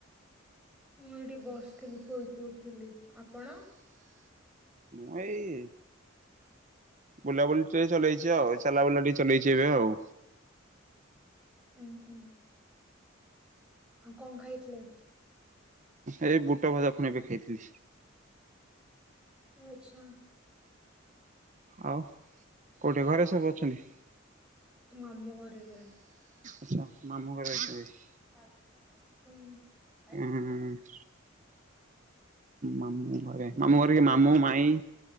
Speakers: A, in the centre; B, on the right (about 35°).
A: ମୁଁ ଏଇଠି ବସିଥିଲି, ଶୋଇ କି ଉଥିଲି ଆପଣ?
B: ମୁଁ ଏଇ ବୁଲାବୁଲି ଟେ ଚଲେଇଛି ଆଉ ଚାଲା ବୁଲା ଟିକେ ଚଲେଇଛି ଏବେ ଆଉ।
A: ହୁଁ ହୁଁ ହଁ! କଣ ଖାଇଥିଲେ ଆଉ।
B: ଏଇ ବୁଟ ଭଜା ଫୁଣି ଏବେ ଖାଇଥିଲି।
A: ଆଛା
B: ଆଉ! କୋଉଠି ଘରେ ସବୁ ଅଛନ୍ତି।
A: ମାମୁଁ ଘରେ ରୁହେ।
B: ଆଚ୍ଛା! ମାମୁଁ ଘରେ ଅଛନ୍ତି।
A: <inaudible>
B: ଉଁ ମାମୁଁ ଘରେ, ମାମୁଁ ଘରେ କିଏ ମାମୁଁ ମାଇଁ